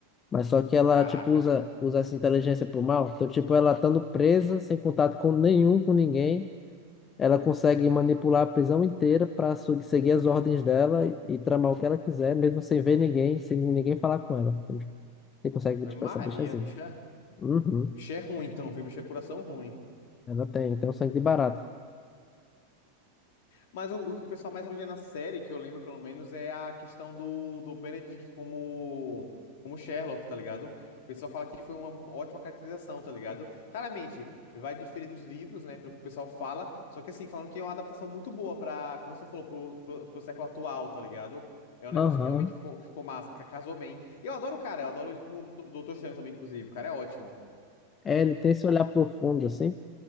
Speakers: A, on the left; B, on the left.
A: Mas só que ela,
B: Caraca.
A: tipo, usa, usa essa inteligência pro mal. Então, tipo, ela estando presa, sem contato com nenhum, com ninguém, ela consegue manipular a prisão inteira para seguir as ordens dela e, e tramar o que ela quiser, mesmo sem ver ninguém, sem ninguém falar com ela. entende? Você consegue ver,
B: Ave
A: tipo,
B: Maria,
A: essa bicha zica.
B: bicha.
A: Uhum.
B: Bicho é ruim, então, viu? Bicho é coração ruim.
A: Ela tem, tem um sangue de barata.
B: Mas o, o que o pessoal mais elogia na série, que eu lembro pelo menos, é a questão do, do Benedict como, como Sherlock, tá ligado? O pessoal fala que foi uma ótima caracterização, tá ligado? Claramente, vai diferir dos livros, né, pelo que o pessoal fala, só que assim, falando que é uma adaptação muito boa pra, como você falou, pro, pro, pro século atual, tá ligado? É um negócio
A: Aham.
B: que realmente ficou, que ficou massa, ca- casou bem. E eu adoro o cara, eu adoro ele como Doutor Doutor Estranho também, inclusive. O cara é ótimo.
A: É, ele tem esse olhar profundo, assim.